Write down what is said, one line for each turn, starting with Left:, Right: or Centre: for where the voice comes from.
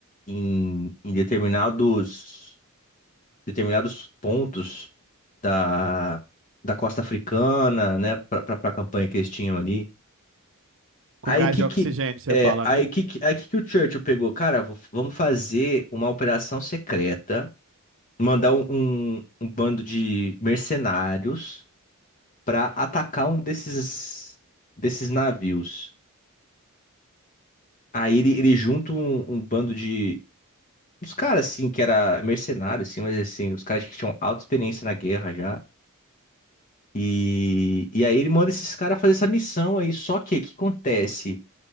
Left: em, em determinados, determinados pontos da, da costa africana, né? Pra, pra, pra campanha que eles tinham ali. Aí
Right: Com gás
Left: que
Right: de oxigênio,
Left: que
Right: você
Left: é,
Right: fala,
Left: aí
Right: né?
Left: que que, aí que que o Churchill pegou, cara, v- vamos fazer uma operação secreta, mandar um, um, um bando de mercenários pra atacar um desses desses navios. Aí ele, ele junta um, um bando de uns caras assim que era mercenário assim, mas assim, os caras que tinham alta experiência na guerra já. E, e aí ele manda esses caras fazer essa missão aí, só que o que acontece?